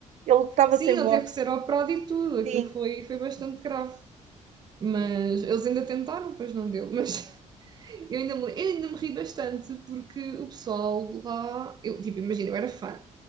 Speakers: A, on the right; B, on the right.
A: Ele estava
B: Sim,
A: sem
B: ele
A: voz.
B: teve que ser operado e tudo. Aquilo
A: Sim,
B: foi, foi bastante grave. Mas eles ainda tentaram, pois não deu. Mas <laughs> eu ainda me, eu ainda me ri bastante porque o pessoal de lá, eu, tipo, imagina, eu era fã,